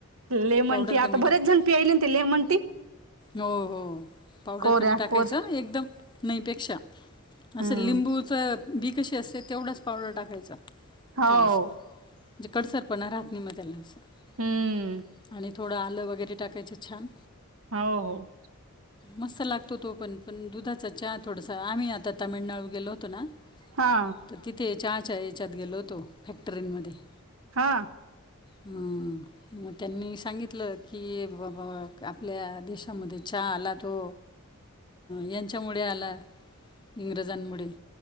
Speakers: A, on the right; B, on the left.
A: लेमन
B: पावडर
A: टी,,
B: कमी
A: आता बरेच
B: टाका
A: जण पियायले ना ते लेमन टी.
B: हो हो,, पावडर
A: कोऱ्या
B: कमी टाकायच
A: कोर
B: हं एकदम,, नाहीपेक्षा. असं
A: हम्म
B: लिंबूचं बी कसं असते,, तेवढाच पावडर टाकायचा,,
A: हो
B: थोडसं. म्हणजे कडसरपणा राहात नाही मग त्याला,, असं
A: हम्म
B: आणि थोडं आलं वगैरे टाकायचं छान.
A: हो हो,,,
B: मस्त लागतो तो पण,, पण दुधाचा चहा थोडासा आम्हीऽ आता तामिळनाडू गेलो होतो ना,,
A: हा
B: तर तिथऽ ते चहाच्या याच्यात गेलो होतो,, फॅक्टरींमध्येऽ
A: हा,
B: हम,, मग त्यांनी सांगितलं की बाबा,, आपल्या देशऽ मध्ये चहा आला तो यांच्यामुळे आला,, इंग्रजांमुळेऽ.